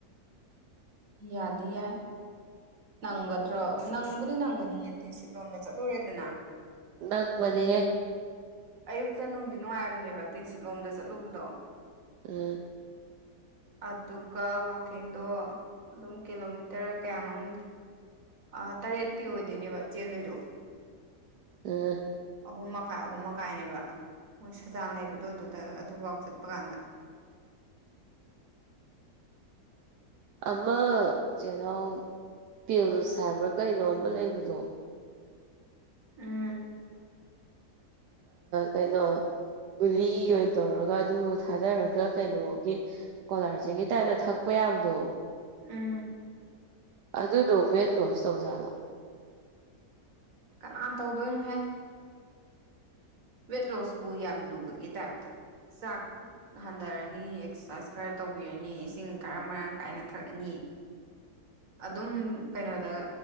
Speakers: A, on the right (about 55°); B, on the right (about 75°).
A: ꯌꯥꯗꯤ ꯌꯥꯢ ꯅꯪꯒꯗ꯭ꯔꯣ ꯅꯪꯕꯨꯗꯤ ꯅꯪꯒꯅꯤꯌꯦ ꯇꯤꯟꯁꯤꯠ ꯂꯣꯝꯗ ꯆꯠꯂꯨꯔꯦꯗꯅ
B: ꯅꯪꯕꯅꯦꯍꯦ
A: ꯑꯌꯨꯛꯇ ꯅꯨꯡꯗꯤ ꯅꯨꯡꯉꯥꯏꯕꯅꯦꯕ ꯇꯦꯟꯁꯤꯠꯂꯣꯝꯗ ꯆꯠꯂꯨꯕꯗꯣ
B: ꯎꯝ
A: ꯑꯗꯨꯒ ꯋꯥꯛꯀꯤꯡꯗꯣ ꯑꯗꯨꯝ ꯀꯤꯂꯣꯃꯤꯇꯔ ꯀꯌꯥꯅꯣꯝ ꯑꯥ ꯇꯔꯦꯠꯇꯤ ꯑꯣꯏꯗꯣꯏꯅꯦꯕ ꯆꯦꯟꯗꯣꯏꯗꯣ
B: ꯎꯝ
A: ꯑꯍꯨꯝ ꯃꯈꯥꯏ ꯑꯍꯨꯝ ꯃꯈꯥꯏꯅꯦꯕ ꯃꯣꯏ ꯁꯖꯥꯟ ꯂꯩꯕꯗꯣ ꯑꯗꯨꯗ ꯑꯗꯨꯐꯥꯎ ꯆꯠꯄ ꯀꯥꯟꯗ
B: ꯑꯃ ꯆꯦꯅꯥꯎ ꯄꯦꯜꯁ ꯍꯥꯏꯕ꯭ꯔꯥ ꯀꯩꯅꯣ ꯑꯃ ꯂꯩꯕꯗꯣ
A: ꯎꯝ
B: ꯀꯩꯅꯣ ꯒꯨꯂꯤ ꯑꯣꯏꯅ ꯇꯧꯔꯒ ꯑꯗꯨ ꯊꯥꯗꯔꯒ ꯀꯩꯅꯣꯒꯤ ꯀꯣꯂꯥꯔꯖꯦꯟꯒꯤ ꯇꯥꯏꯞꯇ ꯊꯛꯄ ꯌꯥꯕꯗꯣ
A: ꯎꯝ
B: ꯑꯗꯨꯗꯣ ꯋꯦꯠ ꯂꯣꯁ ꯇꯧꯖꯥꯠꯂꯣ
A: ꯀꯅꯥꯅ ꯇꯧꯗꯣꯏꯅꯣꯍꯦ ꯔꯦꯠ ꯂꯣꯁ ꯄꯨ ꯌꯥꯝ ꯂꯨꯕꯒꯤ ꯇꯥꯢꯞꯇ ꯆꯥꯛ ꯍꯟꯊꯔꯅꯤ ꯑꯦꯛꯁꯔꯁꯥꯏꯁ ꯈꯔ ꯇꯧꯕꯤꯔꯅꯤ ꯏꯁꯤꯡ ꯈꯔ ꯃꯔꯥꯡ ꯀꯥꯏꯅ ꯊꯛꯑꯅꯤ ꯑꯗꯨꯝ ꯀꯩꯅꯣꯗ